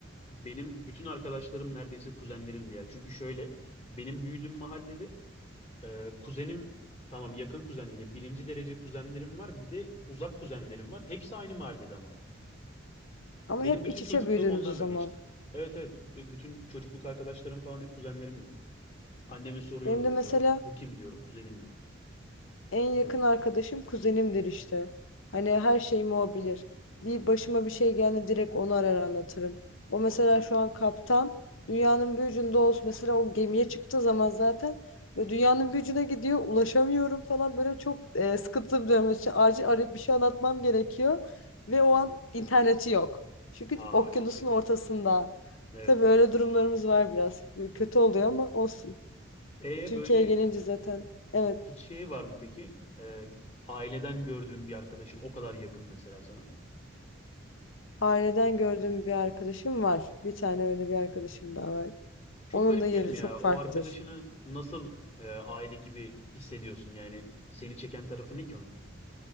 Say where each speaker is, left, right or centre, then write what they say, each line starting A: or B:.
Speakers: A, on the left; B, on the left.
A: benim bütün arkadaşlarım neredeyse kuzenlerim diye. Çünkü şöyle benim büyüdüğüm mahallede Ee, kuzenim tamam yakın kuzenlerim. Yani birinci derece kuzenlerim var. Bir de uzak kuzenlerim var. Hepsi aynı mahallede ama.
B: Ama
A: Benim
B: hep
A: bütün
B: iç
A: çocukluğum
B: içe büyüdünüz
A: onlarla
B: o zaman.
A: geçti. Evet evet. B- Bütün çocukluk arkadaşlarım falan hep kuzenlerimdi. Anneme soruyorum
B: Benim
A: mesela.
B: de mesela
A: Bu kim diyorum. Kuzenin diyor.
B: En yakın
A: Buyur.
B: arkadaşım kuzenimdir işte. Hani her şeyimi o bilir. Bir başıma bir şey geldi direkt onu arar anlatırım. O mesela
A: Çok iyi.
B: şu an kaptan. Dünyanın bir ucunda olsun. Mesela o gemiye çıktığı zaman zaten ve dünyanın bir ucuna gidiyor. Ulaşamıyorum falan böyle çok e, sıkıntılı bir dönem. İşte acil arayıp bir şey anlatmam gerekiyor. Ve
A: Aha.
B: o an interneti yok. Çünkü
A: Aa
B: okyanusun
A: çok kötü.
B: ortasında.
A: Evet
B: Tabii
A: evet.
B: öyle durumlarımız var biraz. Kötü oluyor ama olsun.
A: E
B: Türkiye'ye
A: böyle
B: gelince zaten evet
A: hiç şey var mı peki? Ee, aileden gördüğün bir arkadaşın o kadar yakın mesela sana.
B: Aileden gördüğüm bir arkadaşım var. Bir tane öyle bir arkadaşım daha var.
A: Çok
B: Onun
A: garip
B: da yeri
A: değil mi ya?
B: çok
A: O
B: farklıdır.
A: arkadaşını nasıl e, aile gibi hissediyorsun? Yani seni çeken tarafı ne ki onun?